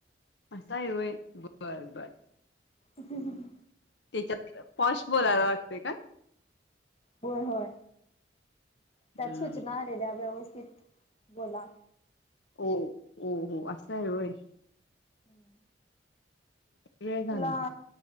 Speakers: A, on the left (about 70°); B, on the left (about 35°).
A: असा आहे होयल बर बर
B: ह
A: त्याच्यात पॉश बोलायला लागतेय का
B: होय होय
A: हम्म
B: त्यात सूचना आलेल्या व्यवस्थित बोला
A: हो हो असं आहेय
B: हम्म
A: वेळ झाला.
B: तुला